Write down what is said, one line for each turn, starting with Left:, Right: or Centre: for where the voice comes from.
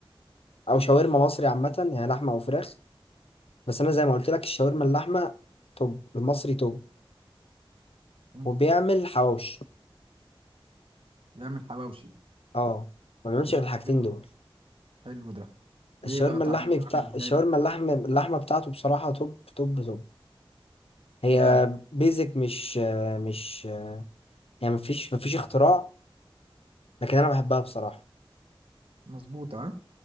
Left: او شاورما مصري عامة يعني لحمة او فراخ بس انا زي ما قلت لك الشاورما اللحمة توب المصري توب
Right: مم.
Left: وبيعمل حواوشي
Right: بيعمل حواوشي
Left: اه ما بيعملش غير الحاجتين
Right: حلو
Left: دول
Right: ده حلو ده ايه
Left: الشاورما
Right: بقى طعمه
Left: اللحمي بتاع
Right: عامل ازاي
Left: الشاورما
Right: بقى
Left: اللحم اللحمه بتاعته بصراحه توب توب توب هي
Right: ياه
Left: بيزك مش مش يعني مفيش مفيش اختراع لكن انا بحبها بصراحه
Right: مظبوط ها